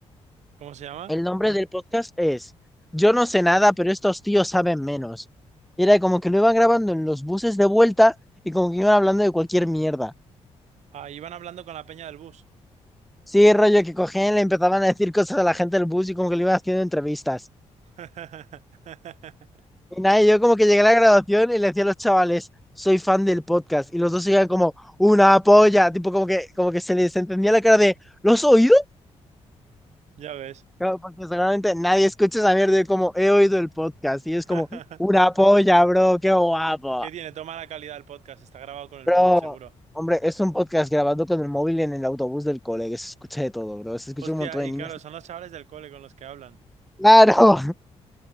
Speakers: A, on the right; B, in the centre.
A: ¿Cómo se llama?
B: El nombre del podcast es Yo no sé nada, pero estos tíos saben menos. Y era como que lo iban grabando en los buses de vuelta y como que iban hablando de cualquier mierda.
A: Ah, iban hablando con la peña del bus.
B: Sí, rollo que cogían, le empezaban a decir cosas a la gente del bus y como que le iban haciendo entrevistas.
A: <laughs>
B: Y nada, y yo como que llegué a la graduación y le decía a los chavales, soy fan del podcast. Y los dos iban como, una polla, tipo como que, como que se les entendía la cara de, lo has oído?
A: Ya ves.
B: Claro, porque seguramente nadie escucha esa mierda de como, he oído el podcast. Y es como,
A: <laughs>
B: una polla, bro, qué guapo.
A: ¿Qué tiene? Toma la calidad del podcast. Está grabado con el
B: Pero,
A: móvil, seguro.
B: hombre, es un podcast grabado con el móvil en el autobús del cole, que se escucha de todo, bro. Se escucha
A: Hostia,
B: un montón
A: y
B: de niños.
A: claro, son los chavales del cole con los que hablan.
B: Claro, <laughs>